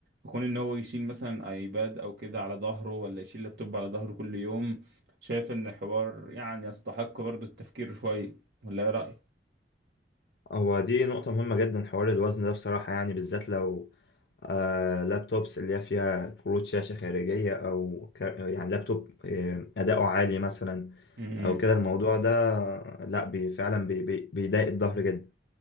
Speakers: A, on the right; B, on the left.
A: يكون ان هو يشيل مثلا ايباد او كده على ظهره ولا يشيل لابتوب على ظهره كل يوم شايف ان الحوار يعني يستحق برضو التفكير شوية ولا ايه رأيك؟
B: هو دي نقطة مهمة جدا حوار الوزن ده بصراحة يعني بالذات لو آه لابتوبس اللي هي فيها كروت شاشة خارجية أو كا- يعني لابتوب آه، أداؤه عالي مثلا
A: امم
B: أو كده الموضوع ده لأ بي فعلا بي بي بيضايق الظهر جدا